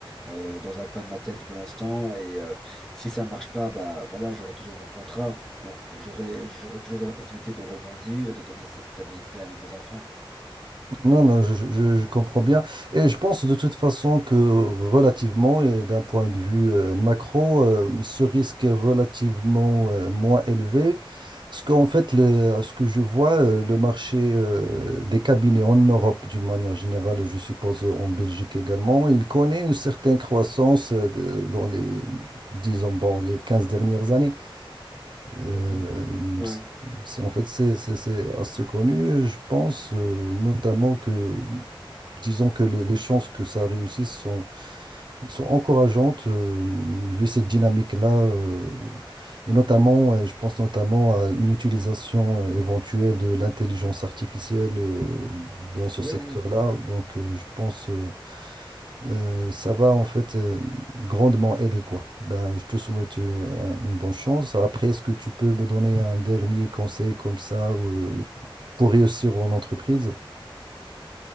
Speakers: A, in the centre; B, on the right.
A: euh, dans un coin de ma tête pour l'instant et euh, si ça marche pas, bah voilà, j'aurai toujours mon contrat. Donc j'aurai j'aurai toujours la possibilité de rebondir et de donner cette stabilité à mes mes enfants.
B: Non, non, je, je- je comprends bien. Et je pense de toute façon que relativement, et d'un point de vue euh, macro, euh, ce risque est relativement euh, moins élevé. Parce qu'en fait, le- ce que je vois, euh, le marché euh, des cabinets en Europe, d'une manière générale, et je suppose euh, en Belgique également, il connaît une certaine croissance euh, de- dans les, disons, bon, les 15 dernières années. Euh,
A: Mhm. Ouais.
B: c'est- en fait, c'est c'est- c'est assez connu. et Je pense euh, notamment que disons que le- les chances que ça réussisse sont, sont encourageantes euh, vu cette dynamique-là. euh, et notamment, euh, je pense notamment à une utilisation euh, éventuelle de l'intelligence artificielle euh, dans ce
A: Oui,
B: secteur-là.
A: oui.
B: Donc, euh, je pense euh, euh, ça va en fait euh, grandement aider, quoi. Ben, je te souhaite euh, un- une bonne chance. Après, est-ce que tu peux me donner un dernier conseil comme ça euh, pour réussir en entreprise?